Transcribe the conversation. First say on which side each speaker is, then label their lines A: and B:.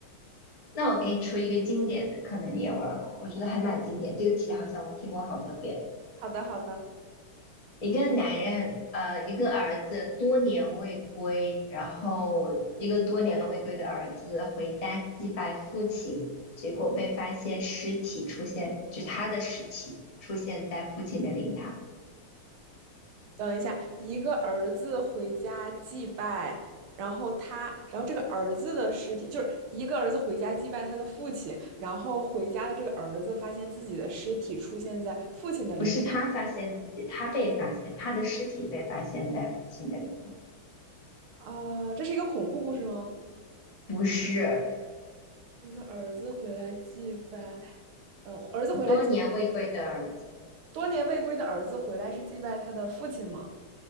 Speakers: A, on the left; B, on the right.
A: 那我给你出一个经典的，可能你也玩儿过，我觉得还蛮经典。这个题好像我听过好多遍。
B: <laughs> 好的，好的。
A: 一个男人，呃，一个儿子多年未归，然后一个多年未归的儿子回家祭拜父亲，结果被发现尸体出现，就他的尸体出现在父亲的灵堂，
B: 等一下，一个儿子回家祭拜，然后他，然后这个儿子的尸体，就是一个儿子回家祭拜他的父亲，然后回家的这个儿子发现自己的尸体出现在父亲的灵堂。
A: 不是他发现自己，他被发现，他的尸体被发现在父亲的灵堂，
B: 啊、呃这是一个恐怖故事吗？
A: 不是
B: 一个儿子回来祭拜，呃，儿子回来，
A: 多年未归的儿子，
B: 多年未归的儿子回来是祭拜他的父亲吗？